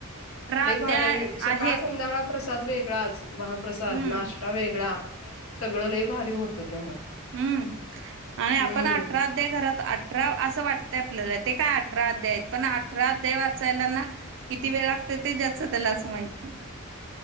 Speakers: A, on the left; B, on the right.
A: ल
B: अध्याय
A: भारी आणि सकाळ
B: आहेत.
A: संध्याका प्र्रसाद वेगळाच महाप्रसाद
B: हं,
A: नाश्ता वेगळा सगळं लय भारी होतं तेव्हा
B: हम्म आणि आपण
A: हम्म
B: अठरा अ घरात अठरा असं वाटत आपल्याला ते काय अठरा अध्याय आहेत पण अठरा अध्याय वाचायला ना किती वेळ लागत ते ज स त्यालाच माहिती